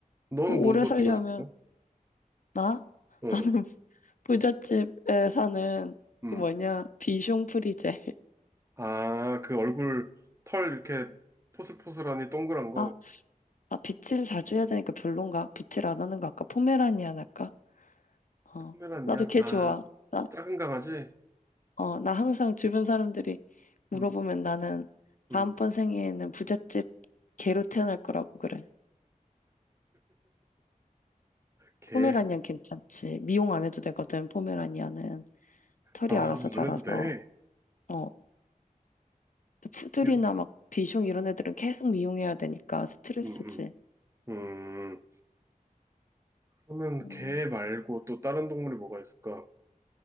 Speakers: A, on the right (about 20°); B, on the left (about 60°).
A: 너는
B: 그 오래
A: 뭐 먹고
B: 살려면
A: 싶어?
B: 나?
A: 어,
B: 나는 <laughs> 부잣집에 사는
A: 음.
B: 그 뭐냐 비숑 프리제.
A: 아, 그 얼굴, 털 이렇게 포슬포슬하니 동그란 거.
B: 아, 아 빗질 자주 해야 되니까 별론가? 빗질 안 하는 거 아까 포메라니안 할까? 어,
A: 포메란이야?
B: 나도 걔
A: 아,
B: 좋아. 나,
A: 작은 강아지?
B: 어, 나 항상 주변 사람들이 물어보면
A: 음,
B: 나는
A: 음,
B: 다음번 생에는 부잣집 개로 태어날 거라고 그래.
A: 개.
B: 포메라니안 괜찮지. 미용 안 해도 되거든, 포메라니안은. 털이
A: 아,
B: 알아서 자라서.
A: 안 해도 돼.
B: 어. 근데 푸들이나
A: 개도,
B: 막 비숑 이런 애들은 계속 미용해야 되니까 스트레스지.
A: 음, 음. 음, 그러면
B: 음,
A: 개 말고 또 다른 동물이 뭐가 있을까?